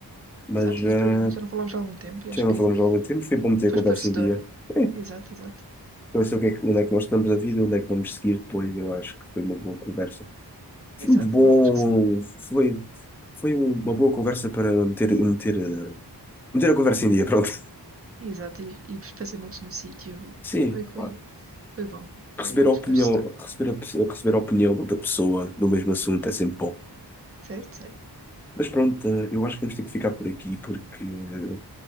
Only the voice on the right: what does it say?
Exato, e
por aí já não falámos há algum tempo e acho
que
foi
esclarecedor.
Exato, exato.
Exato,
exato, acho que sim.
Exato, e, e os pensamentos no sítio.
Foi, foi,
Foi bom,
foi
esclarecedor.
Certo, certo.